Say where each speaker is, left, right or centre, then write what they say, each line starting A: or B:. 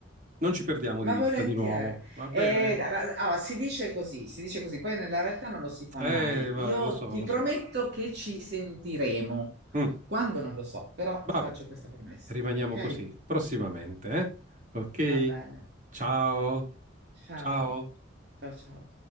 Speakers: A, on the right (about 40°); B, on the right (about 55°).
A: Non ci perdiamo
B: ma
A: di vista
B: volentieri.
A: di nuovo, va bene?
B: Eh, dai, ma- allora, si dice così, si dice così, poi nella realtà non lo si fa
A: Eh,
B: mai.
A: vabbè,
B: Io
A: lo so,
B: ti
A: lo
B: prometto
A: so.
B: che ci sentiremo.
A: Mm,
B: Quando non lo so, però
A: vabbè,
B: ti faccio questa promessa,
A: rimaniamo
B: ok?
A: così, prossimamente, eh? Ok?
B: Va bene.
A: Ciao,
B: Ciao.
A: ciao.
B: Ciao ciao.